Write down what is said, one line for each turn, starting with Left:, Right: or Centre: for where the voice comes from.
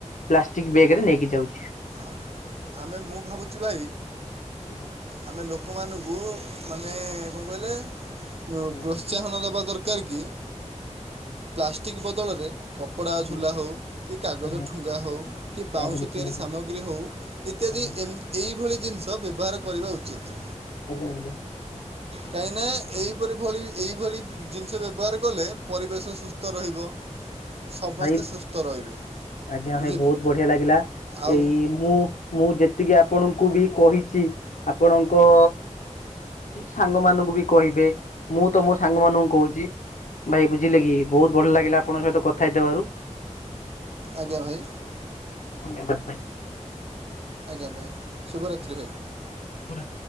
Left: ପ୍ଲାଷ୍ଟିକ ବେଏକେରେ ନେଇକି ଯାଉଛି।
Right: ଆମ। ଆମେ ମୁଁ ଭାବୁଛି ଭାଇ
Left: ଆଜ୍ଞା।
Right: ଆମେ ଲୋକମାନଙ୍କୁ ମାନେ କଣ କହିଲେ ପ୍ରୋ
Left: ଆଜ୍ଞା
Right: ପ୍ରୋତ୍ସାହନ ଦବା ଦରକାର କି ପ୍ଲାଷ୍ଟିକ୍ ବଦଳରେ କପଡ଼ା
Left: ଆଜ୍ଞା
Right: ଝୁଲା
Left: ଆଜ୍ଞା
Right: ହେଉ କି କାଗଜ
Left: ଆଜ୍ଞା
Right: ଠୁଙ୍ଗା ହେଉ କି
Left: କାହାକୁ
Right: ବାଉଁଶ
Left: ଦେଖ
Right: ତିଆରି
Left: ଆଜ୍ଞା
Right: ସାମଗ୍ରୀ ହେଉ ଇତ୍ୟାଦି
Left: ଆଜ୍ଞା
Right: ଏହିଭଳି ଜିନିଷ ବ୍ୟବହାର କରିବା ଉଚିତ।
Left: ଆଜ୍ଞା ଆଜ୍ଞା।
Right: କାହିଁ ନା ଏଇପରି ଭଳି ଏଇଭଳି ଜିନିଷ ବ୍ୟବହାର କଲେ ପରିବେଶ ସୁସ୍ଥ ରହିବ। ସମସ୍ତେ
Left: ଭାଇ
Right: ସୁସ୍ଥ ରହିବେ
Left: ଆଜ୍ଞା
Right: ବୁଝିଲେ
Left: ଭାଇ ବହୁତ ବଢିଆ ଲାଗିଲା
Right: ଆଉ
Left: ଏଇ ମୁଁ ମୁଁ ଯେତିକି ଆପଣଙ୍କୁ ବି କହିଛି ଆପଣଙ୍କ ସାଙ୍ଗ ମାନଙ୍କୁ ବି କହିବେ ମୁଁ ତ ମୋ ସାଙ୍ଗ ମାନଙ୍କୁ କହୁଛି। ଭାଇ ବୁଝିଲେ କି ବହୁତ ଭଲ ଲାଗିଲା ଆପଣଙ୍କ ସହିତ କଥା ହେଇଥବାରୁ।
Right: ଆଜ୍ଞା ଭାଇ।
Left: ଧନ୍ୟବାଦ ଭାଇ।
Right: ଆଜ୍ଞା ଭାଇ ଶୁଭରାତ୍ରି ଭାଇ।
Left: ପୁରା।